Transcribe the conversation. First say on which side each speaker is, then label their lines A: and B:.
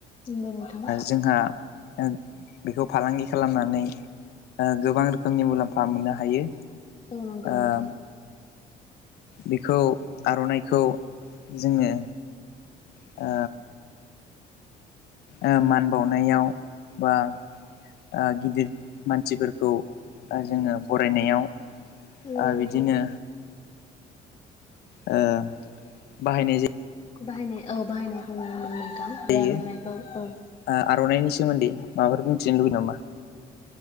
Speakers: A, on the left; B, on the left.
A: नंगौ नोंथां
B: जोंहा आं बेखौ फालांगि खालामनानै ओ गोबां रोखोमनि मुलाम्फा मोननो हायो
A: औ नांगौ नोंथां
B: ओ बेखौ आर'नाइखौ जोङो ओ ओ मान बावनायाव बा आं गिदिर मानसिफोरखौ जोङो बरायनायाव
A: नंगौ
B: आ बिदिनो
A: नोंथां
B: ओ बाहायनाय जाय
A: बाहायनाय औ बाहायनायखौ नु मोननायथां बे
B: जायो
A: आर'नाइखौ औ
B: ओ आर'नाइनि सोमोन्दै माबाफोर बुंथिनो लुबैयो नामा?